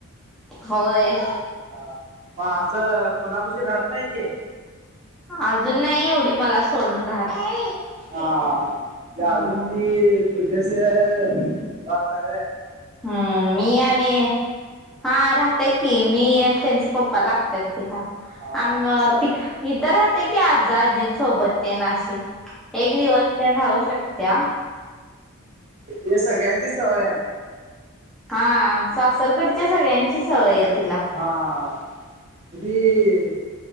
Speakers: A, in the centre; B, on the right (about 30°).
A: होय.
B: हा मग असं, कोणापाशी राहत नाही ती.
A: अजून नाही एवढी मला सोडून राहत.
B: हा म्हणजे
A: हम्म
B: अजून, ती तुझ्याशिवाय राहत नाही होय.
A: हम्म. मी आणि, हां.. राहत्या की मी, आणि त्यांच पप्पा लागत्यात तिला.
B: हा
A: आ..
B: चाल
A: ति इथं राहते की आजा, आजीं सोबत ते न अशी एक दिवस ते राऊू शकत्या
B: इथली सगळ्यांचे सवय आहे.
A: हा सासरकडच्या सगळ्यांची सवय आहे तिला.
B: हां.. की